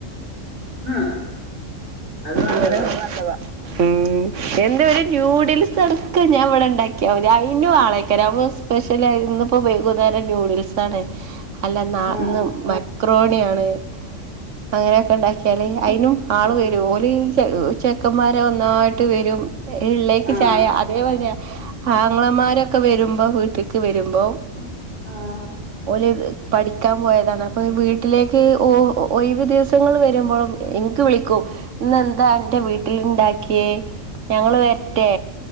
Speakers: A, on the right; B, on the right.
A: ആഹ് അത് നല്ലതാ.
B: ഇവിടെ നല്ലതാ ഉം എന്ത ഒര്. ന്യൂഡിൽസ് അടക്കം ഞാൻ ഇവിടെണ്ടാക്കിയാ മതി അയിനും ആളെയ്ക്കാരം അപ്പോ സ്പെഷ്യലായി ഇന്ന് ഇപ്പോ വൈകുന്നേരം ന്യൂഡിൽസ് ആണ്. അല്ല നാ
A: ആ
B: ഇന്ന് മക്രോണി ആണ്. അങ്ങനെയൊക്കെ ഇണ്ടാക്കിയാല് അയിനും ആള്
A: ആ
B: വരും ഓല് ചെ ചെക്കന്മാര് ഒന്നായിട്ട് വെരും, ഇള്ളേക്ക്
A: ആ
B: ചായ അതേപോലെയ ആങ്ങളമാരൊക്കെ വരുമ്പോ വീട്ടിക്ക് വരുമ്പോ
A: ആ ആഹ്
B: ഓല് പഠിക്കാൻ പോയതാണ്, അപ്പോ വീട്ടിലേക്ക് ഒഴിവ് ദിവസങ്ങൾ വരുമ്പഴും ഇൻക്ക് വിളിക്കും ഇന്ന് എന്താ അന്റെ വീട്ടില്ണ്ടാക്കിയേ ഞങ്ങള് വര്റ്റെ?